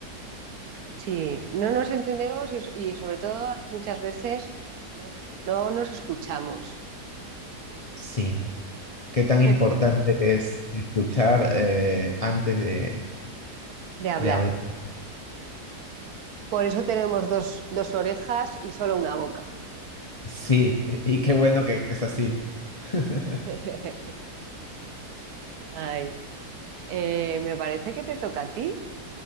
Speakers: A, on the right; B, on the left.
A: Sí, no nos entendemos y, y sobre todo muchas veces no nos escuchamos
B: Sí. Qué tan importante
A: <laughs>
B: es escuchar eh, antes de,
A: de hablar.
B: de hablar.
A: Por eso tenemos dos, dos orejas y solo una boca.
B: Sí, e, y qué bueno que es así. <laughs>
A: <laughs> Ay, eh, me parece que te toca a ti,